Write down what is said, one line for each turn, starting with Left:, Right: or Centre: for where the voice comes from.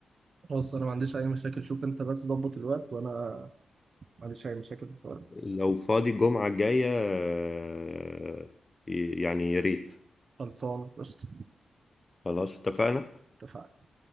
Right: خلاص انا ما عنديش اي مشاكل شوف انت بس ظبط الوقت وانا ما عنديش اي مشاكل في الحوار.
Left: لو فاضي الجمعه الجايه آه، يعني يا ريت
Right: خلصان قشطه
Left: خلاص اتفقنا
Right: اتفقنا